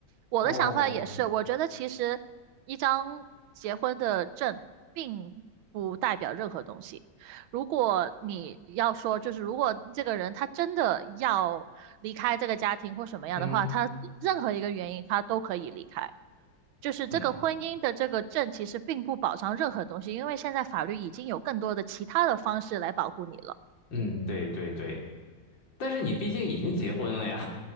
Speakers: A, on the right; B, on the left.
A: 我的想法也是，
B: 哦，
A: 我觉得其实一张结婚的证并不代表任何东西。如果你要说，就是如果这个人他真的要离开这个家庭或什么样的话，
B: 嗯
A: 他任何一个原因他都可以离开。就是这个婚姻的这个证其实并不保障任何东西，
B: 嗯
A: 因为现在法律已经有更多的其他的方式来保护你了。
B: 嗯，对对对，但是你毕竟已经结婚了呀，